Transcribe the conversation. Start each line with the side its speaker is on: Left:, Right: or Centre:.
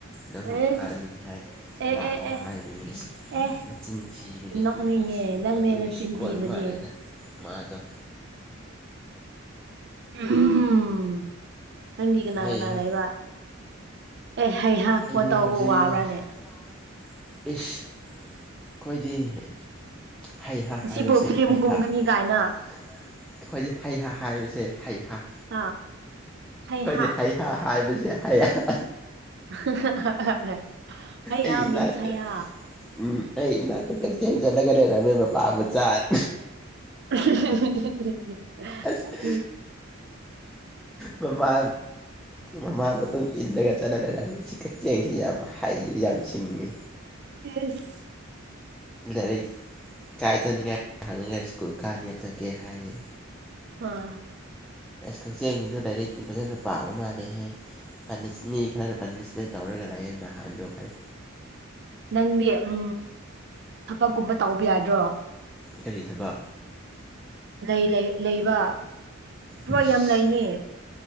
Centre: ꯅꯪꯕꯨ
Right: ꯑꯁ
Centre: ꯐꯅꯤꯡꯉꯥꯏ
Right: ꯑꯦ
Centre: ꯂꯥꯛꯑꯣ
Right: ꯑꯦ ꯑꯦ
Centre: ꯍꯥꯏꯕꯅꯤ
Right: ꯑꯦ
Centre: ꯃꯆꯤꯟ ꯊꯤ ꯃꯤꯅꯤꯠ
Right: ꯅꯣꯛꯅꯤꯡꯉꯦ
Centre: ꯊꯥ ꯑꯁ
Right: ꯅꯪꯅꯦ
Centre: ꯑꯗꯨꯒꯤꯁꯨ
Right: ꯅꯆꯤꯟ
Centre: ꯑꯣꯏꯕ
Right: ꯊꯤꯕꯗꯤ
Centre: ꯃꯥꯜꯂꯦꯗ ꯃꯥꯗꯣ
Right: ꯎꯝ ꯅꯪꯗꯤ ꯀꯅꯥ
Centre: ꯍꯩ
Right: ꯀꯅꯥ
Centre: ꯍꯥ
Right: ꯂꯩꯕ ꯑꯦ ꯍꯩꯍꯥ ꯐꯣꯟ
Centre: ꯑꯩꯗꯤ
Right: ꯇꯧꯕꯧ
Centre: ꯍꯧꯖꯤꯛ
Right: ꯋꯥꯕ꯭ꯔꯥꯅꯦ
Centre: ꯏꯁ ꯑꯩꯈꯣꯏꯗꯤ ꯍꯩꯍꯥ ꯍꯥꯏꯕꯁꯦ
Right: ꯁꯤꯕꯨ ꯐꯤꯂꯝ
Centre: ꯍꯩꯍꯥ
Right: ꯀꯨꯝꯒꯅꯤ
Centre: ꯑꯩꯈꯣꯏꯗꯤ
Right: ꯀꯥꯏꯅ
Centre: ꯍꯩꯍꯥ ꯍꯥꯏꯕꯁꯦ ꯍꯩꯍ
Right: ꯑꯥ ꯍꯩꯍꯥ
Centre: ꯑꯩꯏꯗꯤ ꯍꯩꯍ ꯍꯥꯏꯕꯁꯦ ꯍꯩꯍꯥ
Right: <unintelligible> ꯑꯩꯌꯥ
Centre: ꯑꯩꯅꯠꯇꯦ
Right: ꯃꯤꯟꯁꯌꯥ
Centre: ꯎꯝ ꯑꯩ ꯏꯅꯥꯛꯇꯛ ꯀꯛꯆꯤꯡ ꯆꯠꯂꯒ ꯂꯩꯔꯝꯃꯦ ꯃꯄꯥ ꯑꯃ ꯆꯥꯔꯦ
Right: <unintelligible>
Centre: ꯑꯁ ꯃꯃꯥ ꯃꯃꯥ ꯃꯇꯨꯡ ꯏꯜꯂꯒ ꯆꯠꯂꯒꯂꯩꯔꯝꯃꯤ ꯁꯤ ꯀꯛꯆꯦꯡꯁꯤ ꯌꯥꯝꯃ ꯍꯩ ꯌꯥꯝ ꯁꯤꯡꯉꯤ
Right: ꯑꯦꯁ
Centre: ꯂꯥꯏꯔꯤꯛ ꯀꯥꯏ ꯆꯠꯅꯤꯡꯉꯥꯏ ꯍꯪꯉꯒ ꯁ꯭ꯀꯨꯜ ꯀꯥꯅꯤꯡꯉꯥꯏ ꯆꯠꯀꯦ ꯍꯥꯏꯌꯦ
Right: ꯑꯥ <unintelligible> <inaudible>
Centre: ꯀꯛꯆꯦ ꯑꯩꯅꯁꯨ ꯗꯥꯏꯔꯦꯛꯀꯤꯤ ꯐꯖꯅ ꯄꯥꯕ ꯃꯥꯜꯂꯦꯍꯦ ꯄꯥꯅꯤꯁꯃꯤ ꯈꯔꯅ ꯄꯥꯅꯤꯁꯃꯦꯟ ꯇꯧꯔꯒ ꯂꯥꯛꯑꯌꯦꯦ ꯅꯍꯥꯟꯗꯣ ꯍ <inaudible> <unintelligible>
Right: ꯅꯪꯗꯤ ꯎ ꯑꯕꯛꯀꯨꯝꯕ ꯇꯥꯎꯕ ꯌꯥꯗ꯭ꯔꯣ
Centre: ꯀꯔꯤ ꯊꯕ
Right: ꯂꯩ ꯂꯩ ꯂꯩꯕ ꯊꯕꯛ
Centre: ꯏꯁ
Right: ꯌꯥꯝ ꯂꯩꯅꯤ